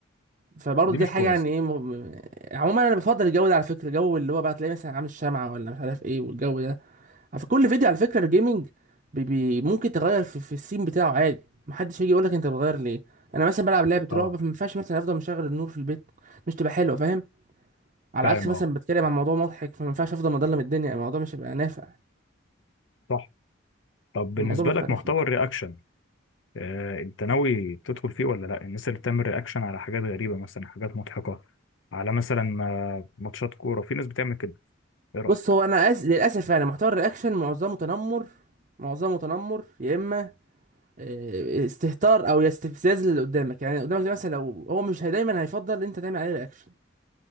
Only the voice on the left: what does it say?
دي
مش
كويس
اه
فاهم
اه
صح طب بالنسبه
لك محتوى
الرياكشن آه، انت ناوي تدخل فيه ولا لا الناس اللي بتعمل رياكشن على حاجات غريبة مثلا حاجات مضحكة على مثلا ما- ماتشات كورة في ناس بتعمل كده ايه رأيك